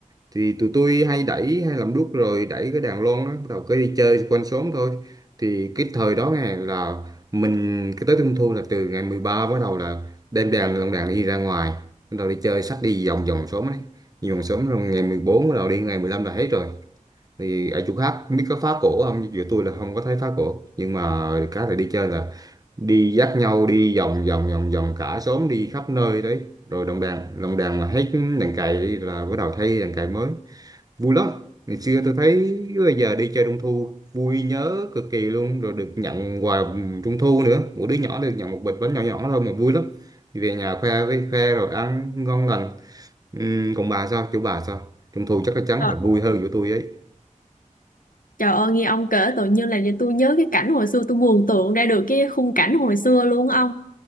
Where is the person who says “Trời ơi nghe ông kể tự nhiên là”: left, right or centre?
Left